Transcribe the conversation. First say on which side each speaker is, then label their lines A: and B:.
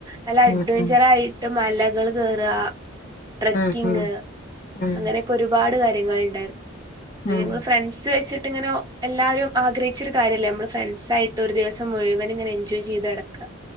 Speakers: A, on the right (about 20°); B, on the left (about 40°).
A: നല്ല അഡ്വെഞ്ചറായിട്ട്
B: ഉം ഉം
A: മലകൾ കേറ് ട്രക്കിങ്
B: ഉം ഉം ഉം
A: അങ്ങനെയൊക്കെ ഒരുപാട് കാര്യങ്ങള്ണ്ടായിര്ന്നു പിന്നെ
B: ഉം
A: ഞങ്ങള് ഫ്രണ്ട്സ് വെച്ചിട്ട് ഇങ്ങനൊ എല്ലാരും ആഗ്രഹിച്ചൊരു കാര്യല്ലേ നമ്മള് ഫ്രണ്ട്സായിട്ട് ഒരു ദിവസം മുഴുവനും ഇങ്ങനെ എൻജോയ് ചെയ്ത് നടക്ക്